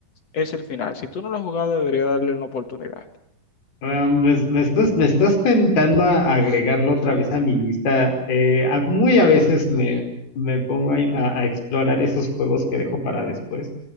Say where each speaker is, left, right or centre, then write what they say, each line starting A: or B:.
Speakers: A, on the left; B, on the left.
A: es el final. Si tú no lo has jugado, debería darle una oportunidad.
B: Ah, me, me estás, me estás tentando a agregarlo otra vez a mi lista. Eh, a- muy a veces me, me pongo a, a- a explorar esos juegos que dejo para después.